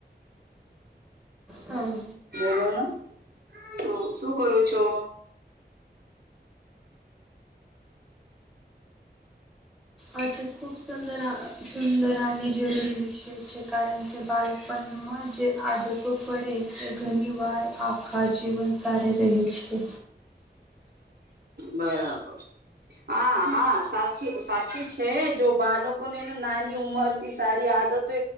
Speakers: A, in the centre; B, on the right.
A: હા
B: બોલો ને શું શું કરું છો.
A: આ તે ખૂબ સુંદર સુંદર અને જરૂરી વિષય છે કારણ કે કે બાલપણમાં જે આદતો પડે એ ઘણી વાર આખા જીવન કારે રહી છે.
B: બરાબર હા હા સાચું સાચું છે જો બાળકો ને નાની ઉંમર સારી આદતો